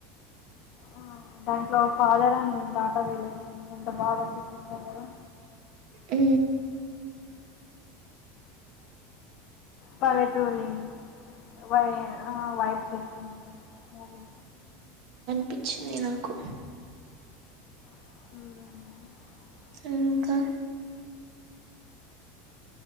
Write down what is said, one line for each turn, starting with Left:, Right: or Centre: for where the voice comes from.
Left: ఆ దాంట్లో ఫాదర్ అండ్ డాటర్ రిలేషన్ ఎంత బాగా చూపిస్తారు కదా
Right: ఆ
Left: పల్లెటూరి వై అ వైపు తెస్తుంది మూవీ
Right: పించింది నాకు
Left: హమ్
Right: ఇంకా